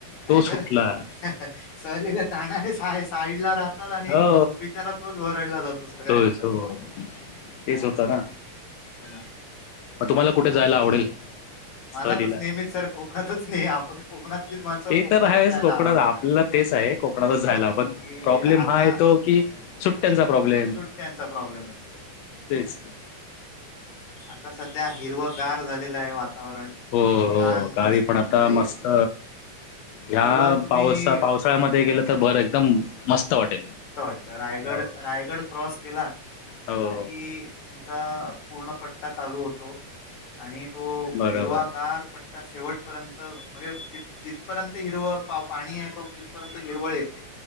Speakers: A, on the left (about 50°); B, on the left (about 85°).
A: नाहीतर
B: तो सुटला
A: अं हं, ह सहलीला जाणारे सा -साय साईडला राहतात आणि
B: हो
A: विचारात तोच वरडला जातो सगळ्या
B: तोच
A: ह्याच्या
B: हो तेच होतं ना
A: हो ना.
B: म तुम्हाला कुठे जायला आवडेल?
A: मला
B: सहलीला
A: तसं तरच नेहमीच सर कोकणातच नाही आपण कोकणातलीच माणसं
B: ते
A: कोकणातच
B: तर आहेच
A: जायला
B: कोकणात
A: आवडतं
B: आपल्याला तेच आहे, कोकणातच जायला पण
A: की
B: प्रॉब्लेम
A: आता
B: हा आहे तो कि सुट्ट्यांचा प्रॉब्लेम,
A: सुट्ट्यांचा प्रॉब्लेम येतो
B: तेच
A: आता सध्या हिरवगार झालेलं आहे वातावरण.
B: हो, हो
A: छान
B: गावी
A: मस्त
B: पण
A: कुठल्याही
B: आता मस्त ह्या
A: इव्हन तुम्ही
B: पावसा, पावसाळ्यामध्ये गेलं तर बरं एकदम मस्त वाटेल.
A: त रायगड,
B: हो
A: रायगड क्रॉस केला की
B: हो
A: तुमचा पूर्ण पट्टा चालू होतो. आणि तो
B: बरोबर
A: हिरवा गार पट्टा शेवटपर्यंत म्हणजे जि जिथपर्यंत हिरवळ पा- पाणी आहे त तिथपर्यंत हिरवळ ये ते.